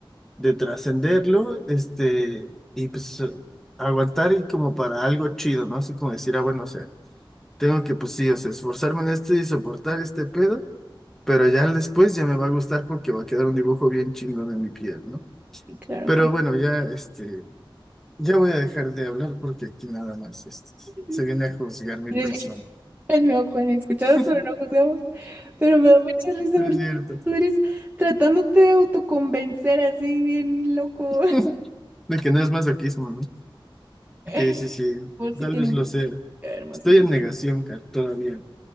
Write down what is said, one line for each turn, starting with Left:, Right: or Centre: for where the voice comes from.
Centre: de trascenderlo, este, y pues eh, aguantar y como para algo chido, ¿no? Así como decir, ah, bueno, o sea, tengo que, pues sí, o sea, esforzarme en esto y soportar este pedo, pero ya después ya me va a gustar porque va a quedar un dibujo bien chingón en mi piel, ¿no?
Right: sí, claro,
Centre: Pero
Right: Juan.
Centre: bueno, ya, este, ya voy a dejar de hablar porque aquí nada más, este,
Right: <laughs>
Centre: se viene a juzgar mi
Right: Tienes-
Centre: persona.
Right: Ah, No, Juan, escuchamos
Centre: <laughs>
Right: pero no juzgamos. Pero me da mucha risa
Centre: No
Right: porque
Centre: es cierto.
Right: tú eres tratándote de autoconvencer así bien loco.
Centre: <laughs> De que no es masoquismo, ¿no?
Right: <laughs>
Centre: Sí, sí, sí.
Right: Vos sí
Centre: Tal
Right: tiene
Centre: vez
Right: un
Centre: lo
Right: poco
Centre: sea.
Right: que ver masoquismo.
Centre: Estoy en negación, Kat, todavía.